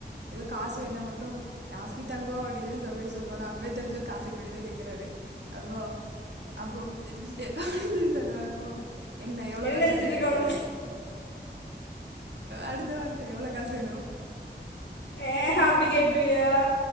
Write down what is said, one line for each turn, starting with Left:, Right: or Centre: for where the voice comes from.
Right: ஏதோ காசு வேணுன்னா மட்டு யாஸ்மி தங்கோ அப்பிடினு சொல் அவரே சொல்வானா அப்பவே தெரிஞ்சிரு காசுக்கு வேண்டிதா கேக்குறாரு தங்கோ அப்போ <unintelligible> சொலவானாகோ என்ன எவ்ளோ காசு
Left: நினச்சிட்டு
Right: வேணு
Left: இருக்க
Right: அப்பிடிம்ப
Left: முடிச்சு
Right: அடுத்த வார்த்த எவ்ளோ காசு வேணோ
Left: ஏ அப்பிடி கேட்டுருவியா